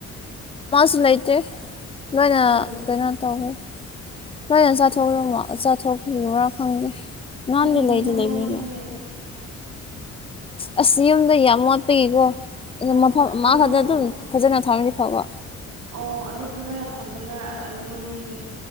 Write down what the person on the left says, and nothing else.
ꯨ ꯂꯩꯇ꯭ꯔꯦ ꯂꯣꯏꯅ
ꯀꯩꯅꯣ ꯇꯧꯈ꯭ꯔꯦ ꯂꯣꯏꯅ ꯆꯥꯊꯣꯛꯈꯤꯕꯝꯃꯣ ꯆꯥꯊꯣꯛꯈ꯭ꯔꯤꯕꯔꯥ ꯈꯪꯗꯦ ꯅꯍꯥꯟꯗꯤ
ꯂꯩꯗꯤ ꯂꯩꯕꯅꯤꯗꯣ
ꯑꯁ ꯌꯨꯝꯗ ꯌꯥꯝ ꯃ‌ꯣꯠꯄꯒꯤꯀꯣ ꯑꯗ
ꯃꯐꯝ ꯑꯃ
ꯈꯛꯇ ꯑꯗꯨꯝ ꯐꯖꯅ ꯊꯝꯃꯗꯤ ꯐꯕ